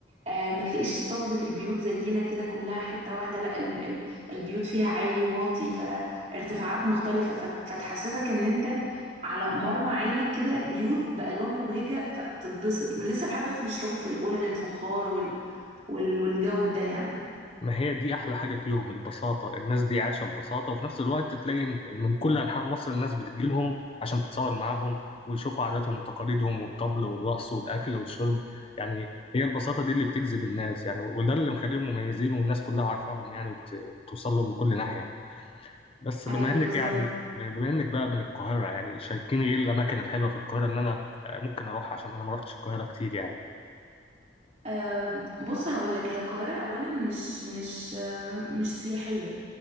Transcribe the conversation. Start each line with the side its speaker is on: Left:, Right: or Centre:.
Right: آه ما تلاقيش اسطمبة البيوت زينا كده كلها حتة واحدة لا ال ال البيوت فيها عالي وواطي فارتفاعات مختلفة فت- فتحسسك ان انت على مرمى عينك كده بيوت بألوان مبهجة فتتبسط ولسه لحد دلوقتي بيشربوا في القلل الفخار وال وال والجو ده يعني
Left: ما هي دي احلى حاجه فيهم البساطه الناس دي عايشه ببساطه وفي نفس الوقت تلاقي إن من كل انحاء مصر الناس بتجيلهم عشان تتصور معاهم ويشوفوا عاداتهم وتقاليدهم والطبل والرقص والاكل والشرب يعني هي البساطه دي اللي بتجذب الناس يعني وده اللي مخليهم مميزين والناس كلها عارفاهم يعني وبتوصل لهم من كل ناحيه يعني. بس
Right: ايوه
Left: بما
Right: بالظبط
Left: انك يعني بما انك بقى من القاهره يعني شاركيني ايه الاماكن الحلوه في القاهره ان انا آه، ممكن اروح عشان انا ما رحتش القاهره كتير يعني
Right: أه بص هقول لك هي القاهرة أولا مش مش أه مش سياحية